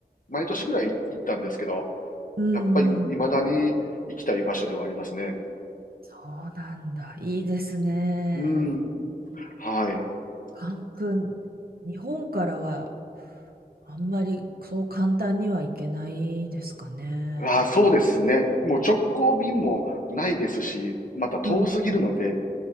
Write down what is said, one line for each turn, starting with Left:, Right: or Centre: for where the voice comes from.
Left: 毎年ぐらい行ったんですけど、
Right: うんうん。
Left: やっぱり未だに行きたい場所ではありますね。
Right: そうなんだ。いいですね。
Left: うん。はい。
Right: カン君、日本からはあんまりそう簡単には行けないですかね。
Left: ああ、そうですね。もう直行便もないですし、また遠すぎるので、
Right: うんうん